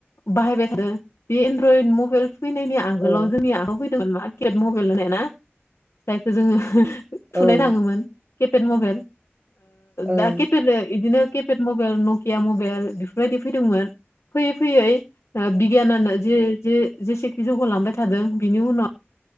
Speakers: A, on the left; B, on the right.
A: बाहायबाय थादों। बे एनड्रइड मबाइल फैनायनि आगोलाव
B: औ ओं
A: जोंनि आखुखौ फ माकिट मबाइल होनाय ना जायखौ जोङो
B: औ
A: थुनाय
B: ओं औ
A: थाङोमोन। केपेड मबाइल
B: ओं
A: दा केपेड बिदिनो केपेड मबाइल न मबाइल बेफोरबायदि फैदोंमोन फैयै फैयै बिगियानानो जे जे जेसेखि जौगालांबाय थादों बिनि उनाव।